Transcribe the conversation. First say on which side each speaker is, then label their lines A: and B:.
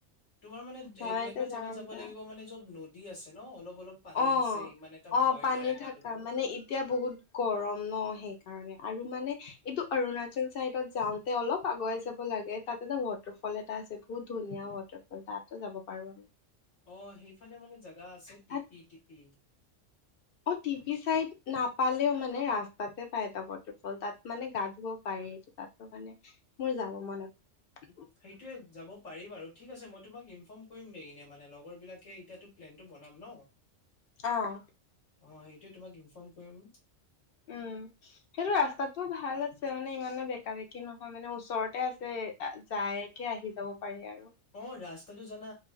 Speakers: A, on the left; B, on the left.
A: তোমাৰ মানে
B: মই
A: এনেকুৱা
B: এতে
A: জেগাত
B: যাম
A: যাব
B: ত
A: লাগিব মানে য'ত নদী আছে ন অলপ অলপ পানী
B: অ'
A: আছে ইমান এটা
B: অ'
A: ভয়
B: পানী
A: নাই গা
B: থাকা
A: ধুব
B: মানে এতিয়া বহুত গৰম ন? অ সেইকাৰণে, আৰু মানে এইটো অৰুণাচল চাইডত যাওঁতে অলপ আগুৱাই যাব লাগে, তাত এটা ৱাটাৰ ফল এটা আছে বহুত ধুনীয়া। ৱাটাৰফল তাতো যাব পাৰো আমি।
A: অ' সেইফালে মানে জাগা আছে টিপি-টিপি,
B: তাত অ', টিভি চাইড নাপালেও মানে ৰাস্তাতে পায়, এটা ৱাটাৰফল তাত মানে গা ধুব পাৰি, তাতো মানে মোৰ যাব মন আছে।
A: সেইটোৱে যাব পাৰি বাৰু, ঠিক আছে মই তোমাক ইনফৰ্ম কৰিম নে এনে মানে লগৰ বিলাকে এতিয়া টো প্ৰেন বনাম ন?
B: অ',
A: অ সেইটোৱে তোমাক ইনফৰ্ম কৰিম।
B: উম' সেইটো ৰাস্তাতটোও ভাল আছে মানে, ইমানো বেকা-বেকি নহয় মানে, ওচৰতে আছে যায়কে আহি যাব পাৰি আৰু।
A: অ ৰাস্তাটো জানা